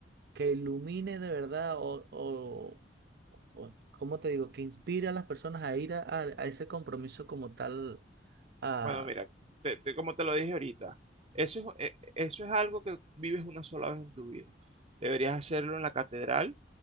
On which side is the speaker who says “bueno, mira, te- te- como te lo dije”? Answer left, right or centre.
Right